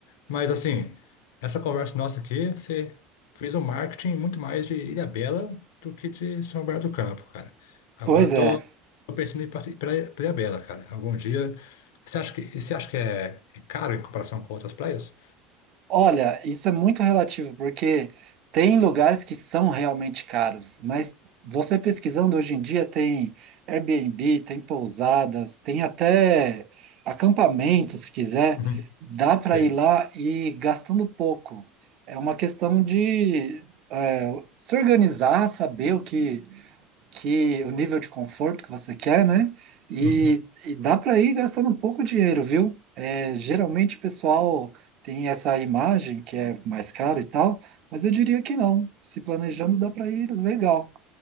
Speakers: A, on the left; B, on the right.
A: mas assim, essa conversa nossa aqui, você fez um marketing muito mais de Ilhabela do que de São Bernardo do Campo, cara. Agora
B: Pois
A: eu
B: é.
A: tô, tô pensando em ir para Ilhabela, cara. Algum dia. Você acha que, você acha que é, é caro em comparação com outras praias?
B: Olha, isso é muito relativo, porque tem lugares que são realmente caros, mas você pesquisando hoje em dia tem Airbnb, tem pousadas, tem até acampamento, se quiser,
A: Uhum.
B: dá
A: Sei.
B: para ir lá e gastando pouco. É uma questão de é, se organizar, saber o que que o nível de conforto que você quer, né? E,
A: Uhum.
B: e dá para ir gastando um pouco de dinheiro, viu? É, geralmente o pessoal tem essa imagem que é mais caro e tal, mas eu diria que não. Se planejando, dá para ir legal,